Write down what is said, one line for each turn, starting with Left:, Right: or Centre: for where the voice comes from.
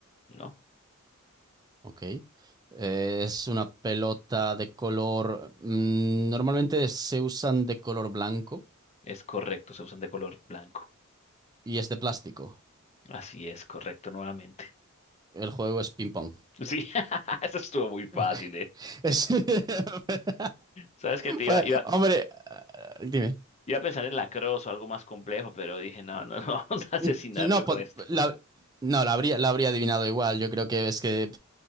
Left: no.
Right: Ok. Eh, es una pelota de color... mm, normalmente se usan de color blanco
Left: Es correcto, se usan de color blanco.
Right: y es de plástico.
Left: Así es, correcto, nuevamente.
Right: El juego es ping-pong.
Left: Sí, <laughs> eso estuvo muy fácil,
Right: Ok.
Left: ¿eh?
Right: <laughs> Es- <laughs>
Left: Sabes que te
Right: Pues,
Left: iba, iba,
Right: hombre, dime.
Left: iba a pensar en lacrosse o algo más complejo, pero dije, no, no, no, <laughs> vamos a asesinarlo
Right: N- No,
Left: con
Right: po-
Left: esto.
Right: la, no, la habría, la habría adivinado igual. Yo creo que es que